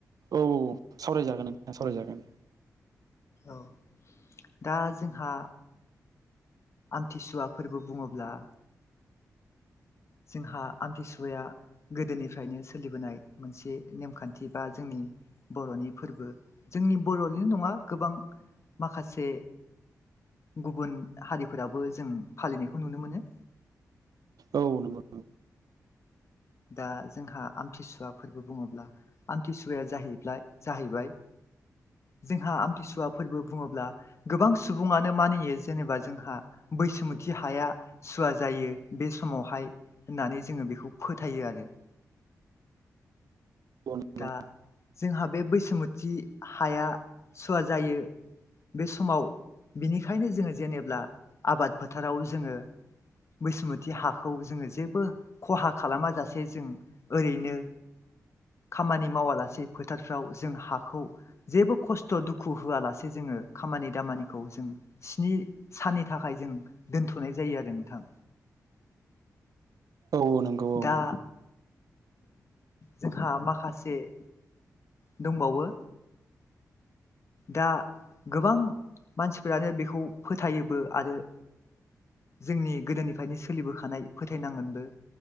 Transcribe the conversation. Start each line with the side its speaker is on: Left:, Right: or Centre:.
Right: औ औ सावरायजागोन नोंथां सावरायजागोन।
Left: औ दा जोंहा आमथिसुवा फोरबो बुङोब्ला जोंहा आमथिसुवाया गोदोनिफ्रायनो सोलिबोनाय मोनसे नेमखान्थि बा जोंनि बर'नि फोरबो जोंनि बर'निल' नङा गोबां माखासे गुबुन हारिफोराबो जों फालिनायखौ नुनो मोनो
Right: औ नंगौ‌
Left: दा जोंहा आमथिसुवा फोरबो बुङोब्ला आमथिसुवाया जाहैबाय जाहैबाय जोंहा आमथिसुवा फोरबो बुङोब्ला गोबां सुबुङानो मानियो जेनेबा जोंहा बैसुमुथि हाया सुवा जायो बे समावहाय होननानै जोङो बेखौ फोथायो आरो
Right: औ नंगौ
Left: दा जोंहा बे बैसुमुथि हाया सुवा जायो। बे समाव बिनिखायनो जोङो जेनेब्ला आबाद फोथाराव जोङो बैसोमुति हाखौ जोङो जेबो खहा खालामाजासे जों ओरैनो खामानि मावालासे फोथारफ्राव जों हाखौ जेबो खस्थ' दुखु होआलासे जोङो खामानि दामानिखौ जों स्नि साननि थाखाय जों दोनथ'नाय जायो आरो नोंथां।
Right: औ औ नंगौ औ
Left: दा जोंहा माखासे माखासे दंबावो दा गोबां मानसिफोरानो बेखौ फोथायोबो आरो जोंनि गोदोनिफ्रायनो सोलिबोखानाय फोथायनांगोनबो